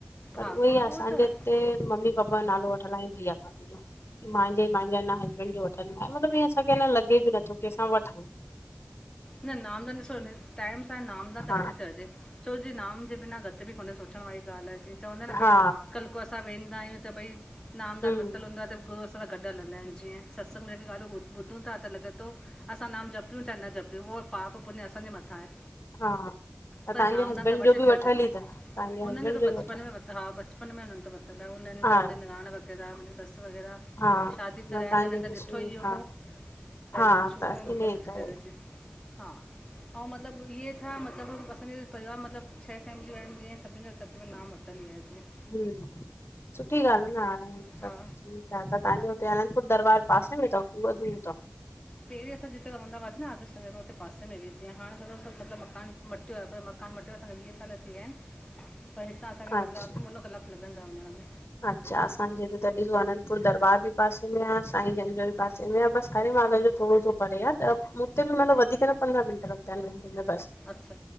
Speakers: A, on the left; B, on the left.
A: पर
B: हा
A: उहे
B: गुरू
A: ई असांजे
B: उहो त
A: हिते मम्मी पापा जो नालो व हलाइदीं आ भाभी तो मांजे मांजे हसबैंड जो वठण लाइ मतलबु हअं असांखे न लॻे बि नथो कंहिंसां वठूंउ।
B: न नामदन ॾिसो टाइम सां नामदन त
A: हा
B: वठी छॾजे। छो जे नाम जे बिना गति बि कोन्हे सोचण वारी ॻाल्हि आहे जी। चवंदा एन
A: हा
B: भई कल्ह को असां वेंदा आहियूं त भई नाम दान
A: हम्म
B: वरितलु हूंदो आहे त गुरू असा सां गॾु हलंदा आहिनि जीअं सत्ंग जेक ॻाल्हियूं ॿुधूं ता त लॻे तो असां नाम जपियूं चाहे न जपियूं उहो पाप पुञु असांजे मथां आहे।
A: हा त
B: पर
A: तव्हांजे
B: नामदान
A: हसबैंड
B: त वठी
A: जो बि
B: छॾजे
A: वठियल
B: उननि
A: ई अथव तव्हांजे हसबैंड
B: जो त
A: बि
B: बचपन
A: वठियल
B: में वरत हा बच पपनि में हुननि त वरतलु आहे उन्हनि
A: हा
B: हे मुंहिंज वग़ैरह मुंहिंजी ससु वग़ैरह
A: हा
B: शादी
A: न
B: कराए
A: तव्हांजे
B: त हिननि
A: हिते
B: त ॾिठो
A: शुरू
B: ई
A: हा
B: हो त
A: हा
B: हिननि त शुरू में ई
A: इन
B: मतिलब वठी
A: करे
B: छॾ अचे। हा अऊं मतलब इहे छा मतलब असांजे परिवार मतलब छह फैमिलियूं आहिनि जीअं सभीनि ज तकरीबनि न वरितल ई आहे जीअं
A: हम, सुठी ॻाल्हि न हाण सभ
B: हा
A: हां त तांजो हुते अनंंदपुर दरबार पासे में तव उहा दूर तव?
B: पहिरीं अंसा जिते रवंदावासीं न आदर्श नगर में हुते पासे में बि जीअं हाणे थोरो सो मतिलब मकान मटियो आ पर मकान मटियो आहे असांखे वीह साल थी विया ऐन पर हितां असांखे
A: अच्छा
B: मतिलब अधु मुनो कलाक लॻंदा वञण में।
A: अच्छा असांजे हिते त ॾिसो अनंदपुर दरबार बि पासे में आहे साईं जन जो पासे में आ बसि हरे माता जो थोरो सो परे आ त हुते बि मतिलबु वधीक त हन पंद्रह मिनट लगदां ऐंन में बस
B: अच्छा